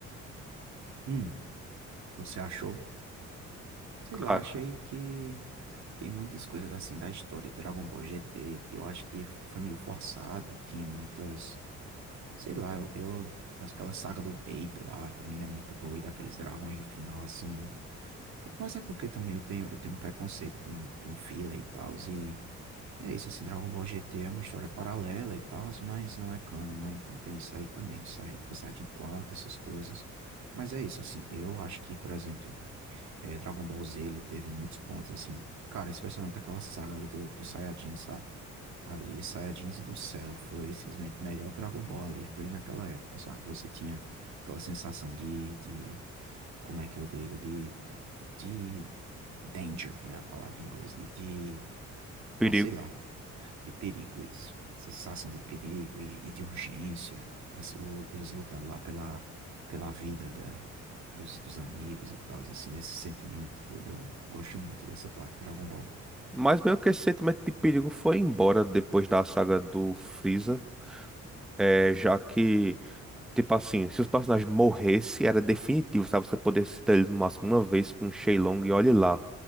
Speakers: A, on the right; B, in the centre.
A: Hum, você achou? Sei
B: Cara,
A: lá, achei que tem muitas coisas assim da história de Dragon Ball GT que eu acho que foi meio forçado. Tinha muitas Sei lá, eu, eu- aquela saga do Baby lá também não é muito boa, e daqueles dragões do final, assim, eu. Mas é porque também eu tenho, eu tenho um preconceito com, com filler e tal, e, e é isso, assim, Dragon Ball GT é uma história paralela e tal, mas não é canon, né? Então tem isso aí também, isso aí, tipo, Saiyajin 4 essas coisas. Mas é isso, assim, eu acho que, por exemplo, eh, Dragon Ball Z, ele teve muitos pontos, assim, cara, especialmente aquela saga ali do, do Saiyajin, sabe? Ali, Saiyajins e do Céu foi simplesmente o melhor Dragon Ball ali, foi naquela época, sabe? Você tinha aquela sensação de, de como é que eu digo, de, de danger, né? A palavra em inglês, de, de,
B: perigo.
A: ah, sei lá, de perigo isso. Essa sensação de perigo e, e de urgência, as- o- eles lutando lá pela, pela vida da, dos, dos amigos e tal, assim, esse sentimento tudo, eu gosto muito dessa parte de Dragon Ball.
B: Mas meio que esse sentimento de perigo foi embora depois da saga do Freeza. É, já que, tipo assim, se os personagens morressem, era definitivo, sabe? Você poder citar eles no máximo uma vez com o Shenlong e olhe lá.